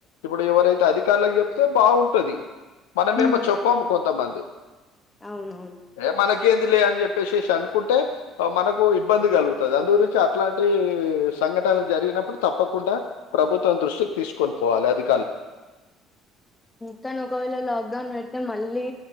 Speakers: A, on the left; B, on the left.
A: ఇప్పుడు ఎవరైతే అధికారుకి చెప్తే బాగుంటది మనమేమో
B: ఉమ్,
A: చెప్పాము కొంతమంది అ
B: అవునవును
A: ఏ మన ేంది లే అని చెప్పేసి అనుకుంటే మనకు ఇబ్బంది కలుగుతుంది అందుగురించి అట్లాంటి సంఘటనలు జరిగినప్పుడు తప్పకుండా ప్రభుత్వం దృష్టికి తీసుకొని పోవాలి అది
B: కానీ ఒకవేళ లాక్డౌన్ పెడితే మళ్ళీ